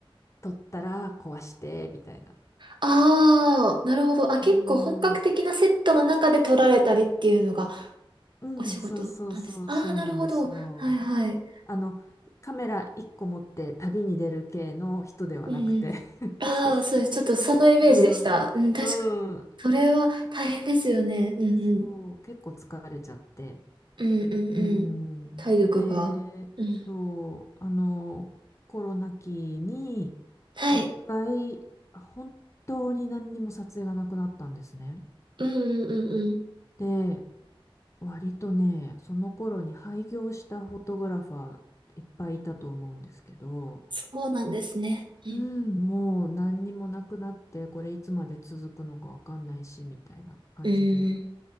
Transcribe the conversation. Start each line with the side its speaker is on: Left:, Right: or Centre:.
Left: 取ったら壊して、みたいな。
Right: ああ、なるほど。あ、結構本格的なセットの中で撮られたりっていうのが
Left: うん、うん、
Right: お仕事なんです。
Left: そうそうそう、
Right: ああ、
Left: そうなんですよ。
Right: なるほど。はいはい。
Left: あの、カメラ1個持って旅に出る系の人ではなくて
Right: うんうん。
Left: <laughs>
Right: ああ、
Left: そうそうそ
Right: そうです。ちょっとそのイメージでした。
Left: う。うん、
Right: うん、確かに。
Left: うん。
Right: それは大変ですよね。うんうん。
Left: そう、結構疲れちゃって。
Right: うんうんうん。
Left: うん。
Right: 体力が。
Left: で、
Right: うん。
Left: そう、あの、コロナ期に、
Right: はい。
Left: 一回、本当に何にも撮影がなくなったんですね。
Right: うんうんうんうん。
Left: で、割とね、その頃に廃業したフォトグラファーいっぱいいたと思うんですけど、
Right: そうなんですね。うん。
Left: うん、もう何にもなくなって、これいつまで続くのかわかんないし、みたいな感じで。
Right: うん